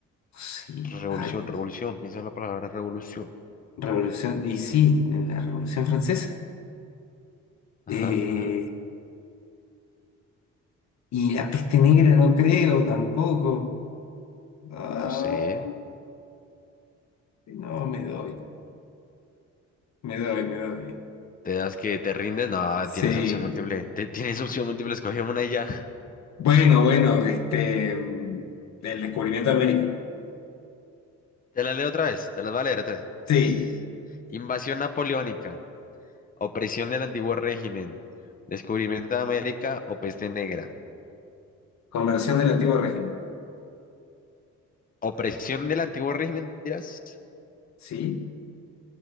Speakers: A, on the left; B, on the left.
A: sí,
B: Revolución,
A: ay,
B: revolución,
A: Dios.
B: piensa en la palabra revolución.
A: Revolución, y sí, la Revolución Francesa.
B: Ajá,
A: Eh,
B: ajá,
A: y la peste negra no creo tampoco. Ah,
B: no sé.
A: no, me doy, me doy, me doy.
B: ¿Te das que te rindes? No,
A: Sí.
B: tienes opción múltiple. Te- tienes opción múltiple, escogí una y ya.
A: Bueno, bueno, este, mm, del descubrimiento de América.
B: Te la leo otra vez, te las voy a leer otra vez.
A: Sí,
B: Invasión napoleónica, opresión del antiguo régimen, descubrimiento de América o peste negra.
A: conversión del antiguo régimen.
B: Opresión del antiguo régimen, dirás.
A: Sí.